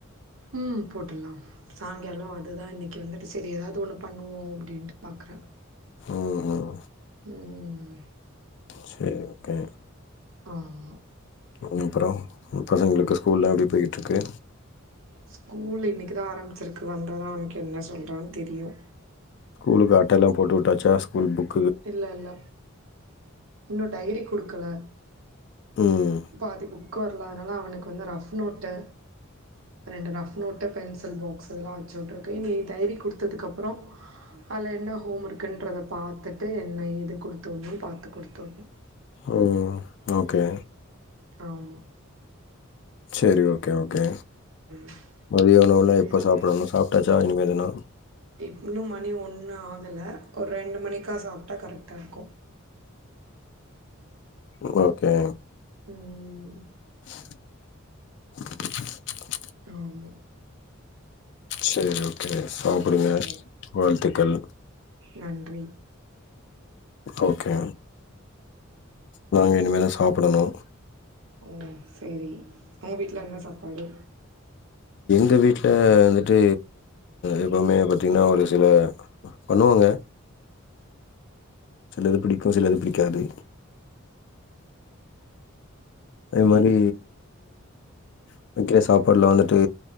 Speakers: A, on the right (about 65°); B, on the left (about 55°).
A: ம் போட்டுலாம் சாயங்காலம் அதுதான் இன்னைக்கு வந்துட்டு சரி எதாவது ஒண்ணு பண்ணுவோம் அப்படின்ட்டு பாக்கறேன்
B: ம்ஹ்ம்.
A: ம்
B: செரி ஓகே
A: ஆமா
B: ம் அப்பறம் உங்க பசங்களுக்கு ஸ்கூல்லாம் எப்டி போயிட்டு இருக்கு
A: ஸ்கூல்ல இன்னைக்குதான் ஆரம்பிச்சிருக்கு வந்தாதா அவனுக்கு என்ன சொல்றான்னு தெரியும்
B: ஸ்கூலுக்கு அட்டைலாம் போட்டு உட்டாச்சா ஸ்கூல் புக்
A: இல்ல இல்ல இன்னும் டைரி குடுக்கல
B: ம்.
A: பாதி புக்கு வரல அதனா ல அவனுக்கு வந்து ரஃப் நோட்டு ரெண்டு ரஃப் நோட்டு பென்சில் பாக்ஸு அதுலாம் வச்சுட்டுருக்கு இனி டைரி குடுத்ததுக்கப்புறம் அதல என்ன ஹோம் ஒர்க்கன்றத பாத்து ட்டு என்ன ஏது குடுத்து உணும் பாத்து குடுத்து உணும்
B: ம் ஓகே
A: ஆமா
B: தெரியு ஓகே ஓகே
A: ம்.
B: மதிய உணவுல்லாம்
A: இனிமேதா
B: எப்ப சாப்படணும் சாப்ட்டாச் சா இனிமேதான
A: இப்பன்னும் மணி ஒண்ணு ஆகல ஒரு ரெண்டு மணிக்கா சாப்ட்டா கரெட்டா இருக்கும்
B: ம் ஓகே
A: ம் ம்
B: <inaudible>
A: ம் ம்
B: செரி ஓ செரி சாப்டுங்க
A: ஓகே
B: வாழ்த்து க்கள்
A: நன்றி
B: ஓகே நாங்க இனிமேதான் சாப் பன்னனும்
A: ம் செரி உங்க வீட்ல என்ன சாப்பாடு
B: து வீட்ல வந்துட்டு எப்பவுமே பாத்தீங்கன்னா ஒரு சில பண்ணுவாங்க சிலது பிடிக்கும் சிலது பிடிக்காது அதே மாதிரி சமக்கிற சாப்பாடுலா வந்துட்டு